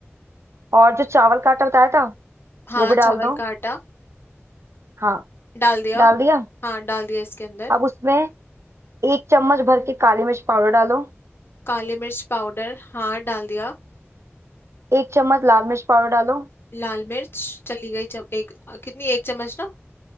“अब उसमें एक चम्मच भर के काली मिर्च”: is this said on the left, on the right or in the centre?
Right